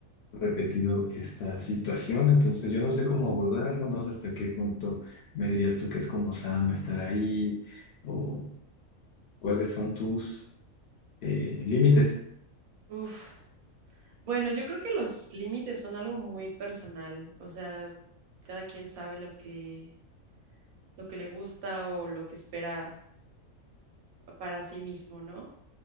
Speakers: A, on the left (about 60°); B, on the right (about 90°).
A: repetido esta situación, entonces yo no sé cómo abordarlo, no sé hasta qué punto me dirías tú que es como sano estar ahí o cuáles son tus eh, límites.
B: Uf. Bueno, yo creo que los límites son algo muy personal. O sea, cada quien sabe lo que, lo que le gusta o lo que espera para sí mismo, ¿no?